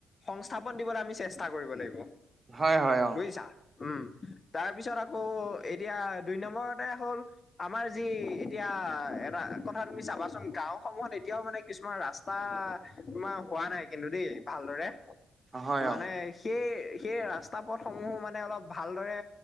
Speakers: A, on the left; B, on the right.
A: সংস্থাপন দিবলৈ আমি চেষ্টা কৰিব লাগিব
B: হয় হয় হয় হয় অ
A: বুজিছা? উম। তাৰপিছত আকৌ এতিয়া দুই নম্বৰতে হ'ল আমাৰ যি এতিয়া, এটা কথা তুমি চাবাচোন গাঁৱসমূহত এতিয়াও মানে কিছুমান ৰাচ টা তোমাৰ হোৱা নাই কিন্তু দেই ভালদৰে,
B: হয় হয়
A: মানে
B: অ
A: সেই সেই ৰাস্তা পথসমূহো মানে অলপ ভালদৰে